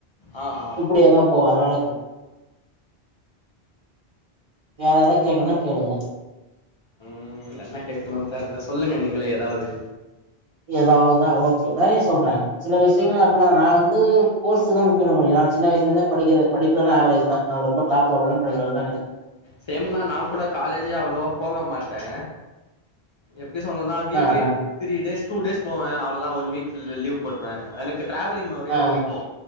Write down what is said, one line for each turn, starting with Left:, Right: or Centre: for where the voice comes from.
Left: ஆ ஆ
Right: இப்படியேதா போ அதனால சொன் யாரன்னா கேக்கனுன்னா கேளுங்க
Left: உம் என்ன கேக்கணு தெர்ல சொல்லுங்க நீங்களே ஏதாவ்து
Right: ஏதாவுதா வக்கு வேலைய சொல்றே சில விஷ்யங்கள் அப்பல்லா நா வந்து போர்ஸுதா முக்கின குரியா சின்ன வயசுல இருந்தே படிக்கது படிக்லனா ஆவ்ரேஜ் தா நான் ரொம்ப டாப் லவல்லா படிக்கிற்து எல்லாம் கெடே
Left: சேம் தா நா கூட காலேஜே அவ்ளவா போக மாட்டே எப்டி சொல்னுனா வீக்லி
Right: ஆ ஆ
Left: த்ரீ டேஸ் டூ டேஸ் போவே அவ்ளோதா ஒன் வீக் ஃபில் லீவ் போட்ருவே எனக்கு ட்ராவலிங் நுறைய
Right: ஆ
Left: பிடிக்கு